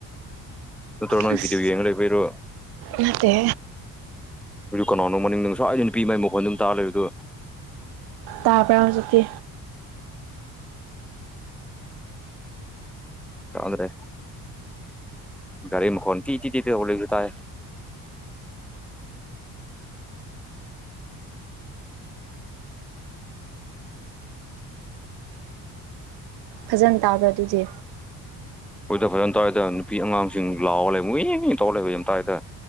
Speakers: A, in the centre; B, on the right.
A: ꯅꯠꯇ꯭ꯔꯥꯅ ꯅꯣꯢ
B: ꯑꯁ
A: ꯕꯤꯗꯤꯑꯣ ꯌꯦꯡꯉ ꯂꯩꯕꯩꯔꯣ
B: ꯅꯠꯇꯦ
A: ꯀꯅꯥꯅꯣ ꯃꯅꯤꯡꯗ ꯉꯥꯁꯥꯏꯗꯩ ꯅꯨꯄꯤ ꯃꯒꯤ ꯃꯈꯣꯟ ꯑꯗꯨꯝ ꯇꯥ ꯂꯩꯕꯗꯨ
B: ꯇꯥꯕ꯭ꯔꯥ ꯍꯧꯖꯤꯛꯇꯤ꯫
A: ꯇꯥꯗ꯭ꯔꯦ ꯒꯥꯔꯤ ꯃꯈꯣꯟ ꯇꯤ ꯇꯤ ꯇꯤ ꯇꯧꯕ ꯂꯩꯕꯗꯨ ꯇꯥꯏ꯫
B: ꯐꯖꯅ ꯇꯥꯕ꯭ꯔꯥ ꯑꯗꯨꯗꯤ꯫
A: ꯃꯣꯏꯗ ꯐꯖꯅ ꯇꯥꯌꯦꯗ ꯅꯨꯄꯤ ꯑꯉꯥꯡꯁꯤꯡ ꯂꯥꯎꯔꯒ ꯂꯩ ꯃꯣꯏꯌꯦ ꯇꯧꯔ ꯂꯩꯕꯗꯣ ꯇꯥꯥꯌꯦꯗ꯫